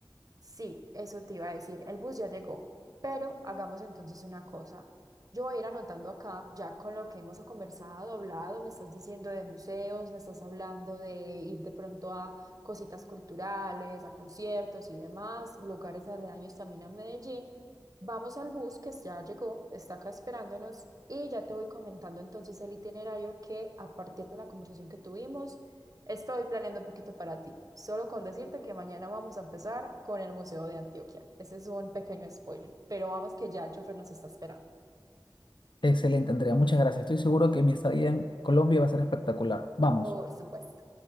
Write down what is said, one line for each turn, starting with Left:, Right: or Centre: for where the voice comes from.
Right: Sí, eso te iba a decir. El bus ya llegó, pero hagamos entonces una cosa. Yo voy a ir anotando acá, ya con lo que hemos conversado, hablado, me estás diciendo de museos, me estás hablando de ir de pronto a cositas culturales, a conciertos y demás, lugares aledaños también a Medellín. Vamos al bus que ya llegó, está acá esperándonos y ya te voy comentando entonces el itinerario que a partir de la conversación que tuvimos Estoy planeando un poquito para ti, solo con decirte que mañana vamos a empezar con el Museo de Antioquia. Ese es un pequeño spoiler, pero vamos que ya el chofer nos está esperando.
Left: Excelente, Andrea, muchas gracias. Estoy seguro que mi estadía en Colombia va a ser espectacular. Vamos.
Right: Por supuesto.